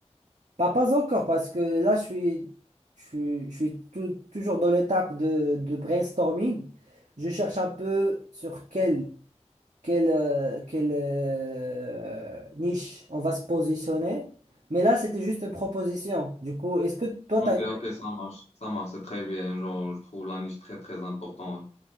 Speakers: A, on the right (about 75°); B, on the left (about 65°).
A: Bah, pas encore, parce que là, je suis, je suis, je suis tou- toujours dans l'étape de, de brainstorming. Je cherche un peu sur quelle, quelle, euh, quelle euh, niche on va se positionner. Mais là, c'était juste une proposition. Du coup, est-ce que toi,
B: Ok,
A: tu as...
B: ok, ça marche. Ça marche, c'est très bien. Genre, je trouve la niche très, très importante.